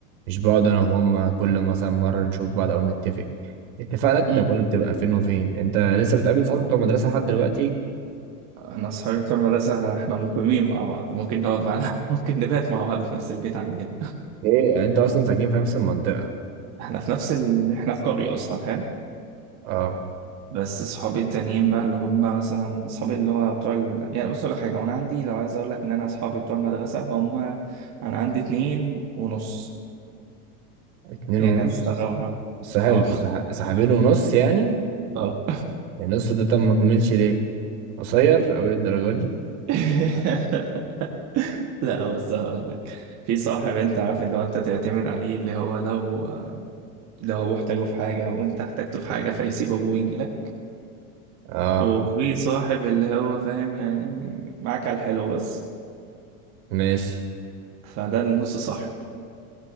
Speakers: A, on the right; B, on the right.
A: مش بقعد أنا وهم كل مثلا مرة نشوف بعض أو نتفق اتفاقاتنا
B: مم.
A: كلها بتبقى فين وفين أنت لسه بتقابل صحابك بتوع المدرسة لحد دلوقتي؟
B: انا اصحابي بتوع المدرسة احنا مقيمين مع بعض ممكن نقعد معانا <laughs> ممكن نبات مع بعض في نفس البيت عندنا
A: إيه أنت أصلا ساكنين في نفس المنطقة
B: <laughs> احنا في نفس ال... احنا في قرية اصلا حلو
A: أه
B: بس صحابي التانيين بقى اللي هم مثلا صحابي اللي هو بتوع ال... يعني بص اقول لك حاجه وانا عندي لو عايز اقول لك ان انا اصحابي بتوع المدرسه فهم انا عندي اتنين ونص
A: اتنين
B: يعني
A: ونص
B: هتستغربها
A: صاحب
B: اه
A: صاح- صاحبين ونص يعني
B: اه
A: النص ده طب ما كملش ليه قصير أوي الدرجة دي
B: <laughs> لا بس هقول لك في صاحب انت عارف اللي هو انت تعتمد عليه اللي هو لو لو ابوه احتاجه في حاجه وانت احتجته في حاجه فيسيب ابوه ويجي لك
A: اه
B: وفي صاحب اللي هو فاهم يعني معاك على الحلو بس
A: ماشي
B: فده النص صاحب